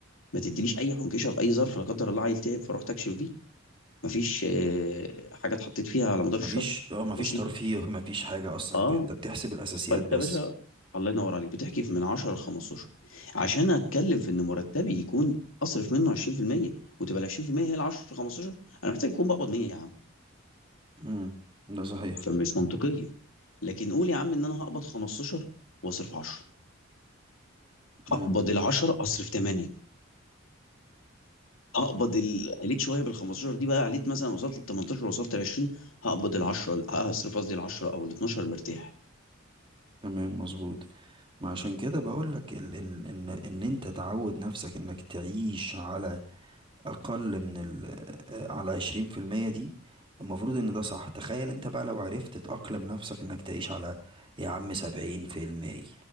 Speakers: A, on the left; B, on the right.
A: ما تدينيش اي حنكشه في اي ظرف لا قدر الله عيل تعب فروح تكشف فيه ما فيش آه، حاجه اتحطيت فيها على مدار
B: مفيش
A: الشهر
B: اه مفيش
A: بسيطه
B: ترفيه <laughs> مفيش حاجة اصلا
A: اه
B: انت أنت بتحسب الاساسيات
A: فانت
B: بس
A: يا باشا الله ينور عليك بتحكي في من 10 ل 15 عشان اتكلم في ان مرتبي يكون اصرف منه 20% وتبقى ال 20% هي ال 10 15 انا محتاج اكون بقبض 100 يا عم
B: امم ده صحيح
A: فمش منطقية لكن قول يا عم ان انا هقبض 15 واصرف 10
B: امم
A: هقبض ال 10 اصرف 8 هقبض ال- عليت شويه بال 15 دي بقى عليت مثلا وصلت لل 18 وصلت ل 20 هقبض ال 10 هصرف قصدي ال 10 او ال 12 مرتاح
B: تمام مظبوط ما عشان كده بقول لك ال ال ان ان انت تعود نفسك انك تعيش على اقل من ال آه، على 20% دي المفروض ان ده صح تخيل انت بقى لو عرفت تأقلم نفسك انك تعيش على يا عم 70%